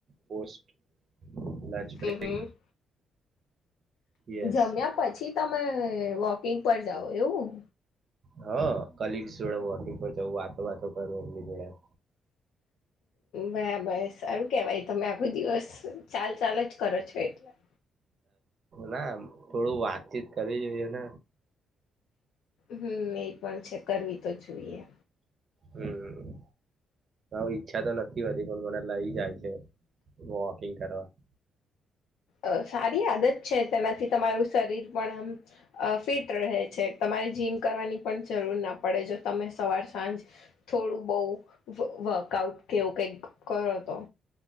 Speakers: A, on the right; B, on the left.
A: પોસ્ટ લંચ
B: હ
A: બ્રેક
B: હ
A: યસ
B: જમ્યા પછી તમે વોકિંગ પર જાઓ એવું?
A: હ કલગ્સ જોડે વોકિંગ પર જવું વાતો વાતો કરું એમની જોડે. હ
B: બરાબર સારું કેવાય તમે આખો દિવસ ચાલ ચાલ જ કરો છો એટલે
A: ના થોડું વાતચીત કરવી જોઈએ ન
B: હમ્મ એ પણ છે કરવી તો જોઈએ
A: હમમ. ઈચ્છા તો નથી હોતી પણ મને લઈ જાય છે વોકિંગ કરવા હમ
B: અ સારી આદત છે તેનાથી તમારું શરીર પણ આમ ફિટ રહે છે તમારે જીમ કરવાની પણ જરૂર ના પડે જો તમે સવાર સાંજ થોડું બહુ વ વર્કઆઉટ કેવું કઈક કરો તો